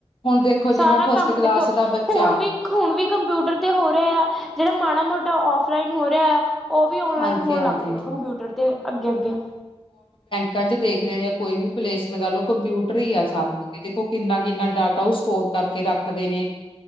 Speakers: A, on the left; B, in the centre.
A: ਹੁਣ ਦੇਖੋ
B: ਸਾਰਾ
A: ਜਿਵੇਂ ਫਸਟ
B: ਕੰਮ
A: ਕਲਾਸ
B: ਦੇਖੋ
A: ਦਾ ਬੱਚਾ
B: ਹੁਣ ਵੀ ਹੁਣ ਵੀ ਕੰਪਿਊਟਰ ਤੇ ਹੋ ਰਿਹਾ ਆ। ਜਿਹੜਾ ਮਾੜਾ ਮੋਟਾ ਫਲਾਈਨ ਹੋ ਰਿਹਾ ਆ। ਉਹ ਵੀ ਓਨਲਾਈਨ
A: ਹਾਂਜੀ
B: ਹੋਣ
A: ਹਾਂਜੀ
B: ਲੱਗ ਜਾੂਗਾ ਕੰਪਿਊਟਰ ਤੇ ਅੱਗੇ ਅੱਗੇ
A: ਕੰਜ ਦੇਖਦੇ ਜਾਂ ਕੋਈ ਵੀ ਪਲੇਸ ਗ ਲਓ ਕੰਪਿਊਟਰ ਹੀ ਆ ਸਾਰਿਆਂ। ਕਿੰਨਾ ਕਿੰਨਾ ਡਾਟਾ ਉਹ ਸਟੋਰ ਕਰਕੇ ਰੱਖ ਕਦੇ ਨੇ